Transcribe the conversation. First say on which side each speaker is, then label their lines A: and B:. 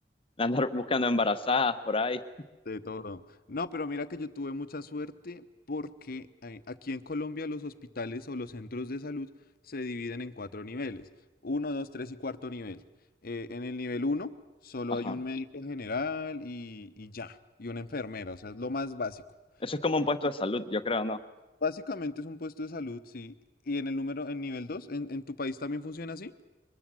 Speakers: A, on the left (about 30°); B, on the left (about 55°).
A: de andar <laughs> buscando embarazadas por ahí.
B: De todo. No, pero mira que yo tuve mucha suerte porque eh, aquí en Colombia los hospitales o los centros de salud se dividen en cuatro niveles. Uno, dos, tres y cuarto nivel. Eh, en el nivel uno solo
A: Ajá.
B: hay un médico general y, y ya, y una enfermera, o sea, es lo más básico.
A: Eso es como un
B: Eh,
A: puesto de salud, yo creo, ¿no?
B: Básicamente es un puesto de salud, sí. Y en el número, en nivel dos, ¿en, en tu país también funciona así?